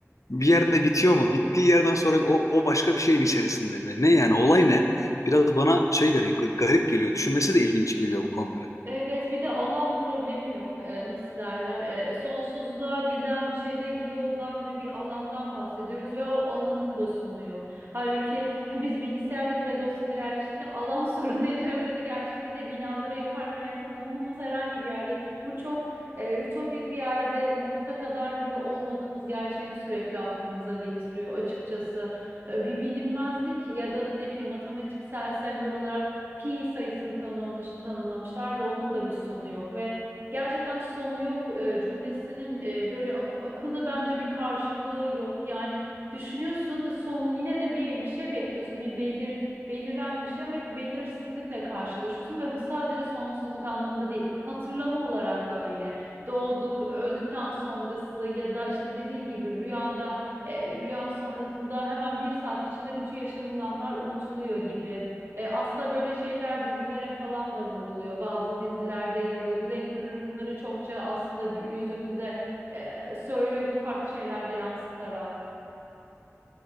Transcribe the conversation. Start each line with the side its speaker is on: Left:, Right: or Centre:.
Left: bir yerde bitiyor mu? Bittiği yerden sonra o, o başka bir şeyin içerisinde mi? Ne yani olay ne? Biraz bana şey geliyor garip geliyor. Düşünmesi de ilginç geliyor bu konuları.
Right: Evet, bir de alan problemi yok. Ee, nasıl derler? Ee, sonsuzluğa giden bir şeyde bir yoldan ve bir alandan bahsediyoruz ve o alanın da sonu yok. Halbuki <laughs> biz bilgisayarda bile dosyaları yerleştirirken alan <laughs> sorunu yaşıyoruz ya da gerçekte de binaları yaparken ya da bulunduğumuz herhangi bir yerde bu çok e, ütopik bir yerde nokta kadar bile olmadığımız gerçeğini sürekli aklımıza getiriyor açıkçası. Ee, bir bilinmezlik ya da ne bileyim matematiksel sembol olarak pi sayısını tanımlamış, tanımlamışlar ve onun da bir sonu yok ve gerçekten sonu yok e, cümlesinin e, böyle ak- akılda bence bir karşılığı yok. Yani düşünüyorsun e, sonun yine de bir bir şey bekliyorsun. Bir belir beliren bir şey ama hep belirsizlikle karşılaşıyorsun ve bu sadece sonsuzluk anlamında değil. Hatırlama olarak da öyle. Doğduk, öldükten sonrası ya da işte dediğin gibi rüyada e, rüya sonrasında hemen bir saat içinde bütün yaşanılanlar unutuluyor gibi. E, aslında böyle şeyler dizilere falan da vuruluyor. Bazı dizilerde yer alıyor. Black Mirror bunları çokça aslında gü- yüzümüze e, söylüyor bunu farklı şeylerde yansıtarak.